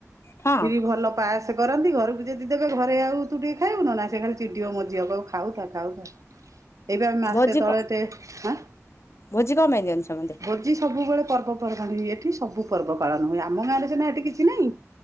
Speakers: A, on the left (about 55°); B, on the right (about 80°).
A: ହଁ
B: କ୍ଷୀରି ଭଲ ପାସ କରନ୍ତି ଘରକୁ ଯଦି ଦେବେ ଘରେ ଆଉ ତୁ ଟିକେ ଖାଇବନ ନା ସେ ଖାଲି ଚିଡିିବ ମୋ ଝିଅ କହିବ ଖାଉଥା ଖାଉ ଏଇବେ ଆମେ ମାସେ
A: ଭୋଜି
B: ତଳେେଁ
A: କ ଭୋଜି କଣ ପାଇଁ ଦିଅନ୍ତି ସମସ୍ତେ
B: ଭୋଜି ସବୁବେଳେ ପର୍ବ ପର୍ବାଣି ଏଠି ସବୁ ପର୍ବ ପାଳନ ହୁଏ ଆମ ଗାଁରେ ନା ଏଠି କିଛି ନାଇଁ